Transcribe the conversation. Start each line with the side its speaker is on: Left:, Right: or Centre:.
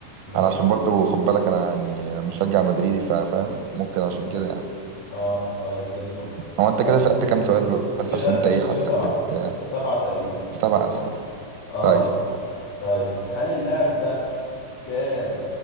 Left: ماشي
Right: انا عشان برضو خد بالك انا يعني مشجع مدريدي فا- فاهم ممكن عشان كده يعني
Left: اه طيب زي الفل
Right: هو انت كده
Left: طيب
Right: سألت كام سؤال بس
Left: كده
Right: عشان انت
Left: غير
Right: ايه حاسك
Left: كده سبعة
Right: بت
Left: سبعة تقريبا
Right: سبع اسئله
Left: اه
Right: طيب
Left: طيب هل اللاعب ده كان